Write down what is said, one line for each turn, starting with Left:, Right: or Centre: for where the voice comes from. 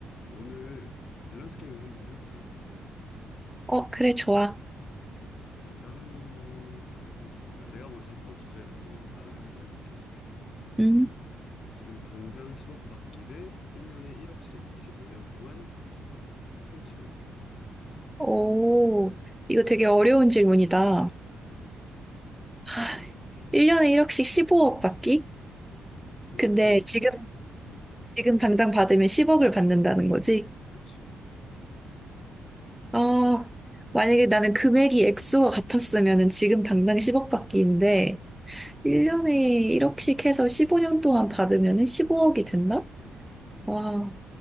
Left: 오늘 밸런스 게임을 한번 해보자.
Centre: 어, 그래, 좋아.
Left: 어, 다른 거 말고 내가 내가 먼저 한번 주제를 한번 말을 한번 해볼게.
Centre: 음.
Left: 지금 당장 10억 받기 대 1년에 1억씩 15년 동안 받기. 총 15억.
Centre: 오, 이거 되게 어려운 질문이다.
Left: 음.
Centre: 하, 1년에 1억씩 15억 받기?
Left: 강-
Centre: 근데
Left: 이게
Centre: 지금,
Left: 음,
Centre: 지금 당장 받으면 10억을 받는다는 거지?
Left: 그치.
Centre: 어, 만약에 나는 금액이 액수가 같았으면 지금 당장 10억 받기인데,
Left: 음,
Centre: 1년에 1억씩 해서 15년 동안 받으면 15억이 된다? 와,